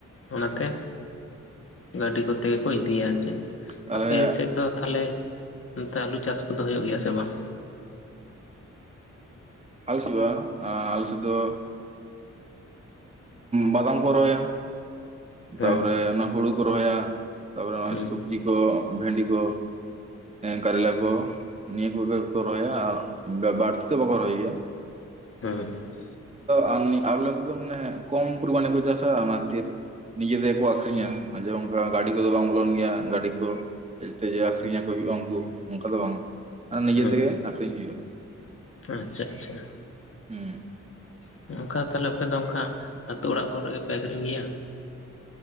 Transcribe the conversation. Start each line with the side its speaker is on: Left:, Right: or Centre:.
Left: ᱚᱱᱟ ᱛᱮ ᱜᱟᱹᱰᱤ ᱠᱚᱛᱮ ᱜᱮᱠᱚ ᱤᱫᱤᱭᱟ ᱟᱨ ᱪᱮᱫ
Right: ᱛᱟᱦᱚᱞᱮ
Left: ᱟᱯᱮ ᱥᱮᱫ ᱫᱚ ᱛᱟᱞᱮ ᱚᱱᱛᱮ ᱟᱞᱩ ᱪᱟᱥ ᱠᱚᱫᱚ ᱦᱩᱭᱩᱜ ᱜᱮᱭᱟ ᱥᱮ ᱵᱟᱝ?
Right: <unintelligible> ᱟᱞᱮ ᱥᱮᱫ ᱫᱚ ᱵᱟᱫᱟᱢ ᱠᱚ ᱨᱚᱦᱚᱭᱟ ᱛᱟᱨ
Left: ᱦᱮᱸ
Right: ᱯᱚᱨᱮ ᱚᱱᱟ ᱦᱩᱲᱩ ᱠᱚ ᱨᱚᱦᱚᱭᱟ ᱛᱟᱨ ᱯᱚᱨᱮ ᱚᱱᱟ
Left: ᱦᱮᱸ
Right: ᱥᱚᱵᱽᱡᱤ ᱠᱚ ᱵᱷᱮᱱᱰᱤ ᱠᱚ᱾ ᱠᱟᱞᱞᱟ ᱠᱚ ᱱᱤᱭᱟᱹ ᱠᱚᱜᱮ ᱠᱚ ᱨᱚᱦᱚᱭᱟ ᱟᱨ ᱵᱟᱹᱲᱛᱤ ᱫᱚ ᱵᱟᱠᱚ ᱨᱚᱦᱚᱭ ᱜᱮᱭᱟ᱾
Left: ᱦᱮᱸ
Right: <unintelligible> ᱢᱟᱱᱮ ᱠᱚᱢ ᱯᱚᱨᱤ ᱢᱟᱱ ᱜᱮ ᱠᱚ ᱪᱟᱥᱼᱟ ᱚᱱᱟ ᱠᱷᱟᱛᱤᱨ ᱱᱤᱡᱮ ᱛᱮᱠᱚ ᱟᱠᱷᱨᱤᱧᱟ ᱚᱱᱠᱟ ᱜᱟᱹᱰᱤ ᱠᱚᱫᱚ ᱵᱟᱝ ᱵᱚᱞᱚᱱ ᱜᱮᱭᱟ ᱜᱟᱹᱰᱤ ᱠᱚ ᱠᱟᱸᱡ ᱠᱟᱹᱡ ᱟᱠᱷᱨᱤᱧ ᱟᱠᱚ ᱦᱩᱭᱩᱜᱼᱟ ᱩᱱᱠᱩ ᱚᱱᱠᱟ ᱫᱚ ᱵᱟᱝ ᱟᱨ ᱱᱤᱡᱮ
Left: ᱦᱮᱸ
Right: ᱛᱮᱜᱮ ᱟᱠᱷᱨᱤᱧ ᱦᱩᱭᱩᱜᱼᱟ᱾
Left: ᱟᱪᱪᱷᱟ ᱟᱪᱪᱷᱟ
Right: ᱦᱩᱸ
Left: <unintelligible> ᱛᱟᱦᱚᱞᱮ ᱟᱯᱮ ᱫᱚ ᱚᱱᱠᱟ ᱟᱹᱛᱩ ᱚᱲᱟᱜ ᱠᱚᱨᱮ ᱜᱮ ᱯᱮ ᱟᱹᱠᱷᱨᱤᱧ ᱜᱮᱭᱟ?